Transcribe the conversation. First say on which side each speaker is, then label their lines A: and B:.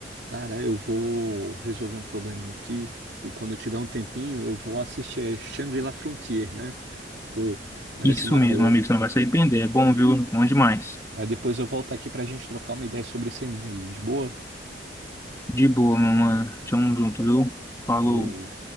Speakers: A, on the right (about 65°); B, on the left (about 15°).
A: Cara, eu vou resolver um probleminha aqui. E quando eu tiver um tempinho, eu vou assistir é, Shangri-La Frontier, né? Pô, parece
B: Isso
A: uma
B: mesmo,
A: boa.
B: amigo, você não vai se arrepender, é bom, viu? É Bom demais.
A: Aí depois eu volto aqui pra gente trocar uma ideia sobre esse anime aí, de boa?
B: De boa, meu mano. Tamo junto, viu? Falou.
A: Falou.